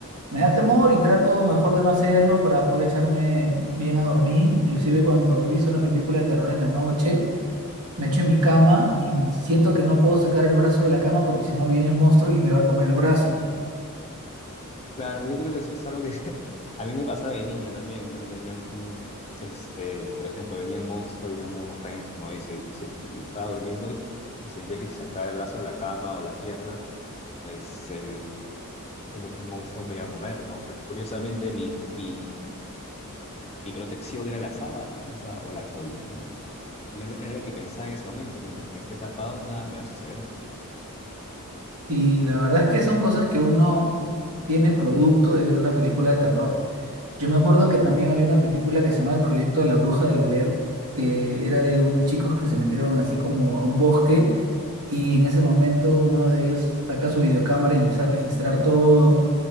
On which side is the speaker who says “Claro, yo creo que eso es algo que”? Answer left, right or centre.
Left